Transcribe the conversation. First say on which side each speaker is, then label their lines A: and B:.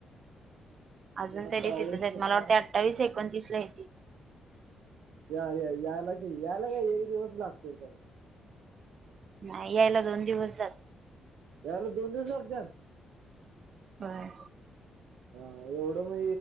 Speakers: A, on the right; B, on the right.
A: अजून
B: तेवढा
A: तरी
B: पाऊस
A: तिथंच आहेत
B: तेन
A: मला
B: काय
A: वाटतय अठ्ठावीस एकोणतीस ला येतील.
B: या या यायला कि यायला काय एक दिवस लागतोय फक्त.
A: नाही यायला दोन दिवस जा
B: यायला दोन दिवस लागतात?
A: होय.
B: हा एवढं म